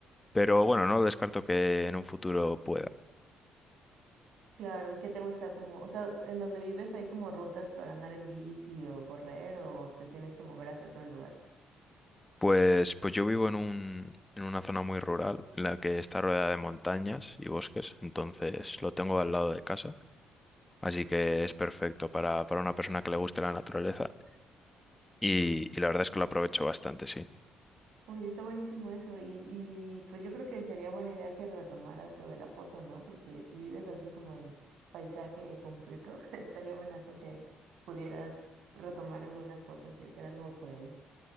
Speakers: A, on the left (about 15°); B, on the right (about 80°).
A: Pero bueno, no lo descarto que en un futuro pueda.
B: Claro, ¿y qué te gusta? Como, o sea, ¿en donde vives hay como rutas para andar en bici o correr o te tienes que mover hacia otro lugar?
A: Pues, pues yo vivo en un, en una zona muy rural, en la que está rodeada de montañas y bosques, entonces lo tengo al lado de casa, así que es perfecto para, para una persona que le guste la naturaleza y, y la verdad es que lo aprovecho bastante, sí.
B: Oye, está buenísimo eso y, y pues yo creo que sería buena idea que retomaras lo de la foto, ¿no? Porque si vives así como en paisaje completo, <laughs> estaría buenazo que pudieras retomar algunas fotos y hacer algo por ahí.